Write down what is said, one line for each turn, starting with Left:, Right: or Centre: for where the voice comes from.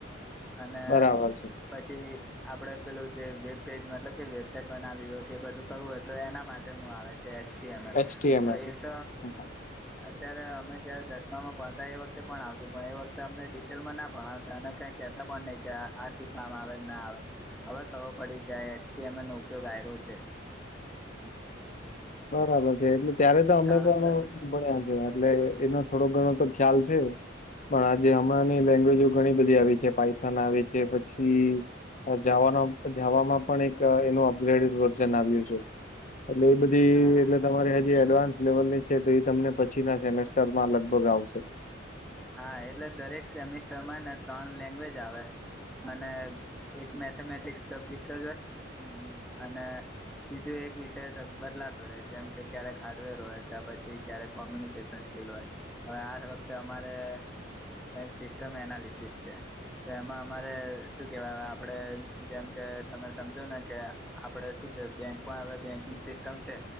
Centre: અને
Left: બરાબર છે.
Centre: પછી આપડે પેલું જે વેબ પેજ મતલબ કે વેબસાઇટ બનાવી હોય કે બધું કરવું હોય તો એના માટેનું આવે છે એચ ટી એમ
Left: એચટીએમએલ
Centre: તો એટ
Left: હા
Centre: અત્યારે અમે જયારે દસમામાં ભણતા એ વખતે પણ આવતું પણ એ વખતે અમને ડિટેલમાં ના ભણત એને કઈ કેહેતા પણ નહી કે આ શું કામ આવે ના આવે હવે ખબર પડી કે આ એચ એમ એલ નો ઉપયોગ આ્યો છે.
Left: બરાબર છે એટલે ત્યારે તો અમે
Centre: શાળાંતર
Left: પણ ભણ્યા છે એટલે એનો થોડો ઘણો તો ખ્યાલ છે. પણ આજે હમણાં લેંગ્વેજો ઘણી બધી આવી છે પઇથન આવી છે પછી વા જવામાં પણ એક એનું અપગ્રેડેડ વર્ઝન આવ્યું છે એટલે એ બધ ધી
Centre: હા
Left: એટલે તમારી હજી એડવાન્સ લેવલ ની છે તો એ તમને પછી ના સેમેસ્ટરમાં લગભગ આવશે
Centre: હા એટલે દરેક સેમિસ્ટરમાં ને ત્રણ લેંગ્વેજ આવે અને એક મેથેમેટિક્સ ફિક્સર જ હોય અને બીજું એક વિષય બદલાતો રહે જેમ કે ક્યારેક હાર્ડવેર હોય કે પછી ક્યારેક કોમ્યુનિકેશન લ હોય હવે આ વખતે અમારે કઈક સિસ્ટમ એનાલિસિસ છે. તો એમાં અમારે શું કેવાય આપડે જેમ કે તમે સમજો ને કે આપડે શું કે બેંકમાં હવે બેંકિંગ સિસ્ટમ છે.